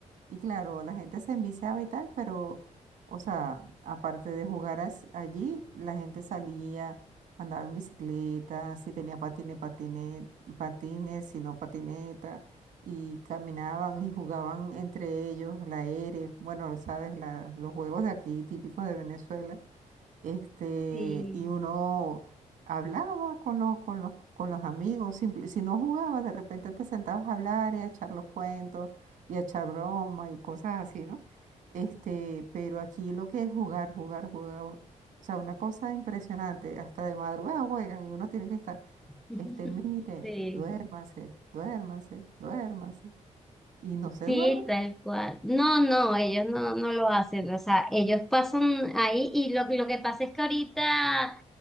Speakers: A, on the right; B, in the centre.
A: y claro, la gente se enviciaba y tal, pero, o sea, aparte de jugar as- allí, la gente salía, andaba en bicicleta, si tenía patines, patine, patines, si no patineta, y caminaban y jugaban entre ellos, la ERE, bueno, sabes, la, los juegos de aquí típicos de Venezuela. Este,
B: sí.
A: y uno hablaba con los, con los, con los amigos, simple- si no jugabas, de repente te sentabas a hablar y a echar los cuentos y a echar broma y cosas así, ¿no? Este, pero aquí lo que es jugar, jugar, jugar, o sea, una cosa impresionante, hasta de madrugada juegan y uno tiene que estar,
B: <laughs>
A: este, mire,
B: Sí.
A: duérmase, duérmase, duérmase, y no se
B: Sí,
A: duerme.
B: tal cual. No, no, ellos no, no lo hacen. O sea, ellos pasan ahí y lo, lo que pasa es que ahorita